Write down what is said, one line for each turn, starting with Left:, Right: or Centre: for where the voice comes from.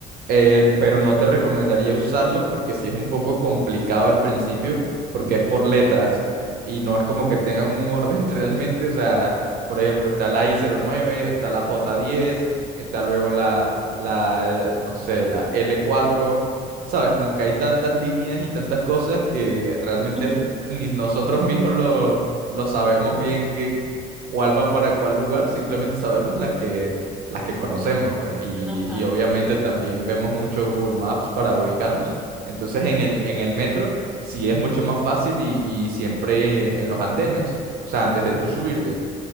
Right: Eh, pero no te recomendaría usarlos porque sí es un poco complicado al principio, porque es por letras y no es como que tengan un orden <laughs> realmente. O sea, por ejemplo, está la I09, está la J10, está luego la, la, eh, no sé, la L4. Sabes, como que hay tantas líneas y tantas cosas que realmente
Centre: <laughs> Ujú.
Right: es- ni nosotros mismos lo, lo sabemos bien que cuál va para cuál lugar, simplemente sabemos las que las que conocemos, pues, y,
Centre: Ajá,
Right: y obviamente también vemos mucho Google Maps para ubicarnos. Entonces en el, en el metro sí es mucho más fácil y, y siempre en los andenes, o sea, antes de tú subirte,